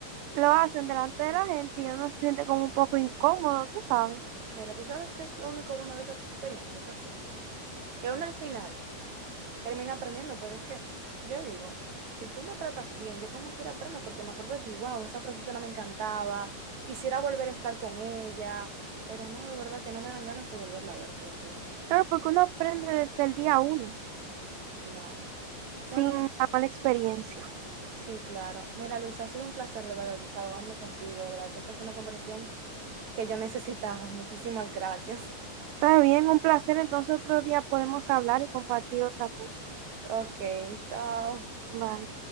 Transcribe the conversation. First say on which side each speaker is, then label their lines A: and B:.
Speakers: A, on the right; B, on the right.
A: lo hacen delante de la gente y uno se siente como un poco incómodo, tú sabes.
B: Mira, tú sabes qué es lo único bueno de esas experiencias así, que uno al final termina aprendiendo, pero es que yo digo, si tú me tratas bien, yo como quiera aprendo, porque me acuerdo de ti, wow, esa profesora me encantaba, quisiera volver a estar con ella, pero no, de verdad que no me dan ganas de volverla a ver, te lo juro.
A: Claro, porque uno aprende desde el día uno,
B: Claro.
A: sin
B: Bueno,
A: la mala experiencia.
B: sí, claro. Mira, Luis, ha sido un placer de verdad desahogarme contigo, de verdad que esta fue una conversación que yo necesitaba. Muchísimas gracias. <laughs>
A: Está bien, un placer. Entonces otro día podemos hablar y compartir otra cosa.
B: Ok, chao.
A: Bye.